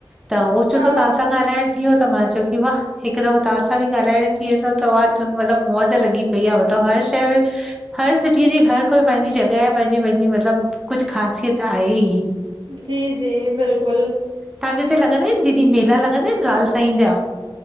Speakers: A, in the centre; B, on the right (about 75°).
A: त ओचो
B: हा
A: त तां सां ॻाल्हाइण थी वियो त मां चयो की वाह हिकु दफ़ो तव्हां सां बि ॻाल्हाए- थी वेंदो तवां चव मलब मौज लॻी पई आ मलब हर शै हर सिटीअ जी हर कोइ पैंजी जॻह पैंजी पैंजी मलब कुछ खा त आए ही
B: जी जी बिल्कुल
A: तांजे हिते लॻंदा आहिन दीदी मेला लॻंदा आहिन लाल साईं जा?